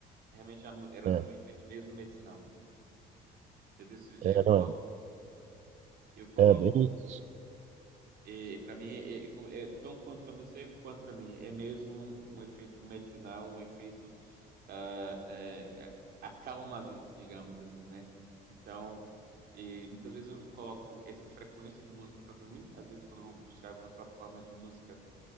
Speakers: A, on the right (about 65°); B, on the right (about 45°).
A: Realmente a mu- ela
B: é,
A: tem um efeito mesmo medicinal. Às vezes
B: é,
A: eu coloco
B: não,
A: eu coloco
B: é, é bem isso.
A: E para mim, é, é como- é tão quanto para você quanto para mim, é mesmo um efeito medicinal, um efeito ah, é, a- acalmador, digamos assim, né? Então, e muitas vezes eu coloco essas frequências de música para dormir. Às vezes, quando eu vou buscar algumas plataformas de música,